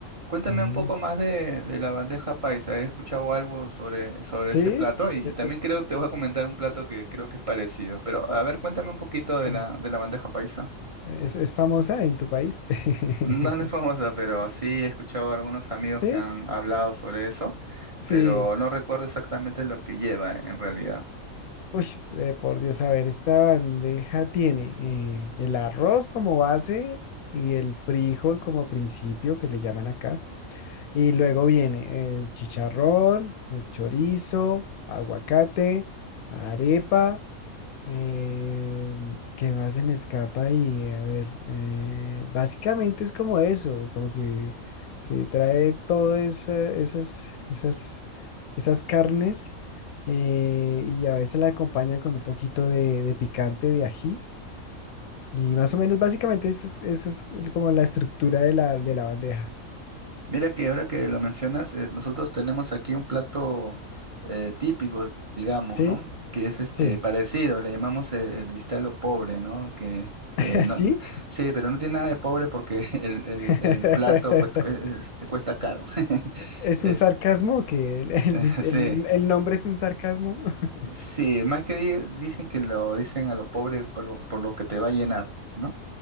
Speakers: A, on the right; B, on the left.
A: Cuéntame
B: Mm,
A: un poco más de, de la bandeja paisa. He escuchado algo sobre, sobre
B: ¿sí?
A: ese plato y,
B: Eh,
A: también
B: eh,
A: creo te voy a comentar un plato que creo que es parecido. Pero a ver, cuéntame un poquito de
B: mm,
A: la, de la bandeja paisa. <laughs>
B: ¿Es, es famosa en tu país? <laughs>
A: No, no es famosa, pero sí he escuchado a algunos amigos
B: ¿Sí?
A: que han hablado sobre eso,
B: Sí.
A: pero no recuerdo exactamente lo que lleva en realidad.
B: Uy, eh, por Dios, a ver, esta bandeja tiene eh, el arroz como base y el frijol como principio, que le llaman acá. Y luego viene el chicharrón, el chorizo, aguacate, arepa. eh, ¿qué más se me escapa ahí? A ver, eh, básicamente es como eso, como que, que trae todas esas, esas, esas carnes eh, y a veces la acompañan con un poquito de, de picante, de ají. Y más o menos, básicamente, eso es, eso es como la estructura de la, de la bandeja.
A: Mira que ahora que lo mencionas, eh, nosotros tenemos aquí un plato eh, típico, digamos,
B: ¿Sí?
A: ¿no? Que es este
B: Sí.
A: parecido, le llamamos el, el bistec a lo pobre, ¿no? Que, que
B: <laughs> ¿Así?
A: no, n- sí, pero no tiene nada de pobre porque <laughs> el, el-
B: <laughs>
A: el plato pues, cu- es- cuesta caro. <laughs>
B: ¿Es
A: Es,
B: un sarcasmo que el, el
A: <laughs>
B: vis- el-
A: sí,
B: el nombre es un sarcasmo? <laughs>
A: sí, más que di- dicen que lo dicen a lo pobre por lo, por lo que te va a llenar, ¿no?